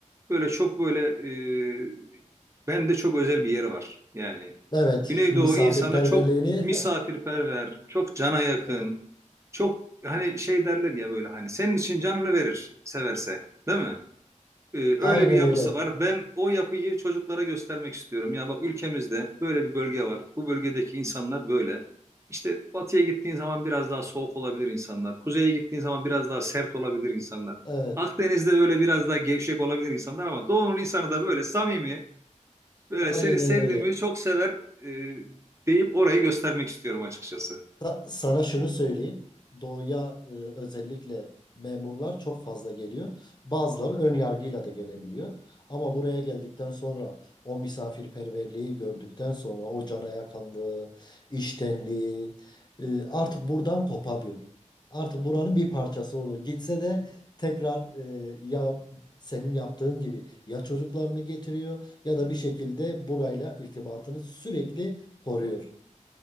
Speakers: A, on the right; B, on the left.
A: Böyle çok böyle e, bende çok özel bir yeri var. Yani
B: Evet.
A: Güneydoğu
B: Misafirperverliğini.
A: insanı çok misafirperver,
B: <laughs>
A: çok cana yakın,
B: Evet.
A: çok hani şey derler ya böyle hani senin için canını verir severse, değil mi? Ee, öyle
B: Aynen
A: bir yapısı
B: öyle.
A: var. Ben o yapıyı çocuklara göstermek istiyorum. Ya bak ülkemizde böyle bir bölge var. Bu bölgedeki insanlar böyle. İşte batıya gittiğin zaman biraz daha soğuk olabilir insanlar. Kuzeye gittiğin zaman biraz daha sert olabilir insanlar.
B: Evet.
A: Akdeniz'de böyle biraz daha gevşek olabilir insanlar ama doğunun insanı da böyle samimi, böyle
B: Aynen
A: seni sevdiğimi
B: öyle.
A: çok sever e, deyip orayı göstermek istiyorum açıkçası.
B: Sa- Sana şunu söyleyeyim. Doğuya e, özellikle memurlar çok fazla geliyor. Bazıları ön yargıyla da gelebiliyor. Ama buraya geldikten sonra o misafirperverliği gördükten sonra o cana yakınlığı, iştenliği e, artık buradan kopamıyor. Artık buranın bir parçası olur. Gitse de tekrar e, ya senin yaptığın gibi ya çocuklarını getiriyor ya da bir şekilde burayla irtibatını sürekli koruyor.